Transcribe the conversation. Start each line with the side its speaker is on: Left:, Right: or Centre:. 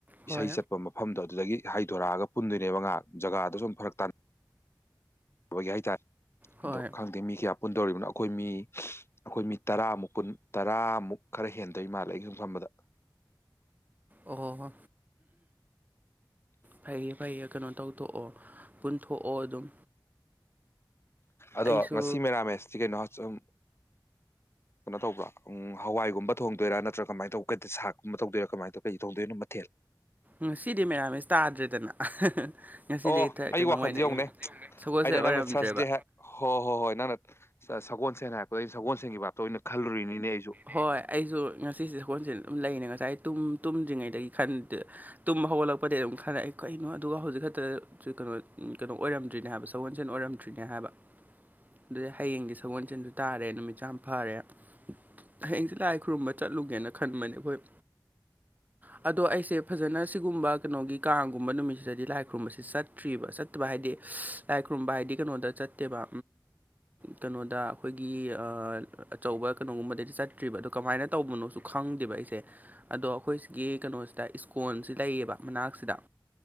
Right: ꯍꯣꯏ
Left: ꯏꯁꯩ ꯆꯠꯄ ꯃꯐꯝꯗꯣ ꯑꯗꯨꯗꯒꯤ ꯍꯥꯏꯩꯗꯣꯔꯛꯑꯒ ꯄꯨꯟꯗꯣꯏꯅꯦꯕ ꯉꯍꯥꯛ ꯖꯒꯥꯗꯨ ꯁꯨꯝ ꯐꯔꯛ ꯇꯥꯟ <unintelligible> ꯍꯥꯏꯇꯥꯔꯦ
Right: ꯍꯣꯏ
Left: ꯑꯗꯣ ꯈꯪꯗꯦ ꯃꯤ ꯀꯌꯥ ꯄꯨꯟ ꯇꯧꯔꯤꯕꯅꯣ ꯑꯩꯈꯣꯏ ꯃꯤ ꯑꯩꯈꯣꯏ ꯃꯤ ꯇꯔꯥꯃꯨꯛ ꯄꯨꯟ ꯇꯔꯥꯃꯨꯛ ꯈꯔ ꯍꯦꯟꯗꯣꯏ ꯃꯥꯜꯂꯦ ꯑꯩꯩꯅ ꯁꯨꯝ ꯈꯟꯕꯗ
Right: ꯑꯣ ꯐꯩꯌꯦ ꯐꯩꯌꯦ ꯀꯩꯅꯣ ꯇꯧꯊꯣꯛꯑꯣ ꯄꯨꯨꯟꯊꯣꯛꯑꯣ ꯑꯗꯨꯝ꯫
Left: ꯑꯗꯣ
Right: ꯑꯩꯁꯨ
Left: ꯉꯁꯤ ꯃꯦꯔꯥꯃꯦꯁꯇꯤ ꯀꯩꯅꯣꯨꯝ ꯀꯩꯅꯣ ꯇꯧꯕ꯭ꯔꯣ ꯎ ꯍꯋꯥꯏꯒꯨꯝꯕ ꯊꯣꯡꯗꯣꯏꯔꯥ ꯅꯠꯇ꯭ꯔ ꯀꯃꯥꯏꯅ ꯇꯧ ꯁꯥꯛꯀꯨꯝꯕ ꯇꯧꯗꯣꯏꯔꯥ ꯀꯃꯥꯏ ꯇꯧ ꯀꯩ ꯇꯧꯗꯣꯏꯅꯣ ꯃꯊꯦꯜ
Right: ꯉꯁꯤꯗꯤ ꯃꯦꯔꯝꯃꯦꯁ ꯇꯥꯗ꯭ꯔꯦꯗꯅ ꯉꯁꯤꯗꯤ
Left: ꯑꯣ
Right: ꯍꯦꯛꯇ
Left: ꯑꯩ
Right: ꯀꯩꯅꯣ
Left: ꯋꯥꯈꯜꯁꯦ
Right: ꯑꯣꯢꯅ
Left: ꯌꯦꯡꯉꯨꯅꯦ
Right: ꯁꯒꯣꯜꯁꯦꯟ
Left: ꯑꯩꯅ
Right: ꯑꯣꯏꯔꯝꯗ꯭ꯔꯦꯕ꯫
Left: ꯅꯪꯅ ꯊꯔꯁꯗꯦ ꯍꯥꯏ ꯍꯣꯏ ꯍꯣꯏ ꯍꯣꯏ ꯅꯪꯅ ꯁꯒꯣꯜ ꯁꯦꯟꯅ ꯍꯥꯏꯔꯛꯄꯗ ꯁꯒꯣꯜꯁꯦꯟꯒꯤ ꯚꯥꯞꯇ ꯑꯣꯏꯅ ꯈꯜꯂꯨꯔꯤꯅꯤꯅꯦ ꯑꯩꯁꯨ
Right: ꯍꯣꯏ ꯑꯩꯁꯨ ꯉꯁꯤꯁꯦ ꯍꯣꯟꯁꯦ ꯑꯗꯨꯝ ꯂꯩꯅꯦ ꯉꯁꯥꯏ ꯇꯨꯝ ꯇꯨꯝꯗ꯭ꯔꯤꯉꯩꯗꯒꯤ ꯈꯟ ꯇꯨꯝꯕ ꯍꯧꯒꯠꯂꯛꯄꯗꯒꯤ ꯑꯗꯨꯝ ꯈꯜꯂꯛꯑꯦ ꯀꯩꯅꯣ ꯑꯗꯨꯒ ꯍꯧꯖꯤꯛ ꯈꯛꯇ ꯁꯤ ꯀꯩꯅꯣ ꯀꯩꯅꯣ ꯑꯣꯏꯔꯝꯗ꯭ꯔꯤꯅꯦ ꯍꯥꯏꯕ ꯁꯒꯣꯜꯁꯦꯟ ꯑꯣꯏꯔꯝꯗ꯭ꯔꯤꯅꯦ ꯍꯥꯏꯕ꯫ ꯑꯗꯨꯗꯤ ꯍꯌꯦꯡꯗꯤ ꯁꯒꯣꯜꯁꯦꯟꯁꯨ ꯇꯥꯔꯦ ꯅꯨꯃꯤꯠꯁꯨ ꯌꯥꯝ ꯐꯔꯦ ꯍꯌꯦꯡꯁꯦ ꯂꯥꯏ ꯈꯨꯔꯨꯝꯕ ꯆꯠꯂꯨꯒꯦꯅ ꯈꯟꯕꯅꯦ ꯑꯩꯈꯣꯏ
Left: <unintelligible>
Right: ꯑꯗꯣ ꯑꯩꯁꯦ ꯐꯖꯅ ꯁꯤꯒꯨꯝꯕ ꯀꯩꯅꯣꯒꯤ ꯀꯥꯡꯒꯨꯝꯕ ꯅꯨꯃꯤꯠꯁꯤꯗꯗꯤ ꯂꯥꯏ ꯈꯨꯔꯨꯝꯕꯕꯁꯤꯦ ꯆꯠ ꯠꯇ꯭ꯔꯤꯕ ꯆꯠꯇꯕ ꯍꯥꯏꯗꯤ ꯂꯥꯏ ꯈꯨꯔꯨꯝꯕ ꯍꯥꯏꯗꯤ ꯀꯩꯅꯣꯗ ꯆꯠꯇꯦꯕ ꯀꯩꯅꯣꯗ ꯑꯩꯈꯣꯏꯒꯤ ꯑꯥ ꯑꯆꯧꯕ ꯀꯩꯅꯣꯒꯨꯝꯕꯗꯥꯗꯤ ꯆꯠ ꯐꯠꯇ꯭ꯔꯤꯕ ꯑꯗꯣ ꯀꯃꯥꯏꯅ ꯇꯧꯕꯅꯣꯁꯨ ꯈꯪꯗꯦꯕ ꯑꯩꯁꯦ ꯑꯗꯣ ꯑꯩꯈꯣꯏ ꯁꯤꯒꯤ ꯀꯩꯅꯣꯁꯤꯗ ꯏꯁ꯭ꯀꯣꯟꯁꯤ ꯂꯩꯌꯦꯕ ꯃꯅꯥꯛꯁꯤꯗ